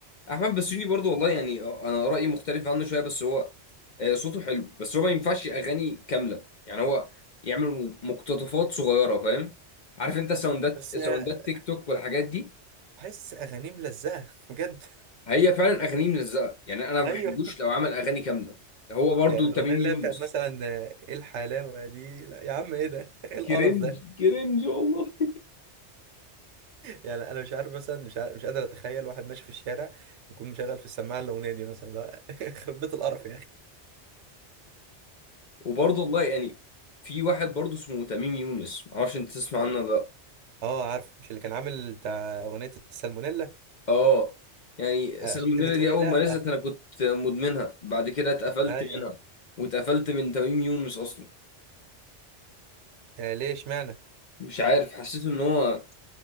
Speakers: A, on the left; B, on the right.
A: احمد بسيوني برضو والله يعني آه، انا رايي مختلف عنه شويه بس هو آه، صوته حلو بس هو ما ينفعش اغاني كامله يعني هو يعمل مقتطفات صغيره فاهم عارف انت ساوندات
B: بس
A: ساوندات
B: آه،
A: تيك توك والحاجات دي
B: بحس اغانيه ملزقه بجد
A: هي فعلا اغانيه ملزقه يعني
B: <laughs>
A: انا ما
B: ايوه
A: بحبوش لو عمل اغاني كامله هو برضو
B: يعني الاغنيه
A: تميم
B: اللي
A: يونس
B: هي بتاعت مثلا آه، ايه الحلاوه دي لا يا عم ايه ده <laughs> ايه القرف
A: كرنج
B: ده
A: كرنج والله
B: يعني انا مش عارف مثلا مش عارف مش قادر اتخيل واحد ماشي في الشارع يكون مشغل في السماعه الاغنيه دي مثلا لا <laughs> يخرب بيت القرف يا اخي
A: وبرضو والله يعني في واحد برضو اسمه تميم يونس معرفش انت تسمع عنه ولا لا
B: اه عارف مش اللي كان عامل بتاع اغنيه السالمونيلا
A: اه يعني السالمونيلا
B: عشان انت بتقولي
A: دي اول
B: لا
A: ما نزلت انا كنت مدمنها بعد كده اتقفلت
B: ايوه
A: منها واتقفلت من تميم يونس اصلا
B: آه ليه اشمعنى
A: مش عارف حسيت ان هو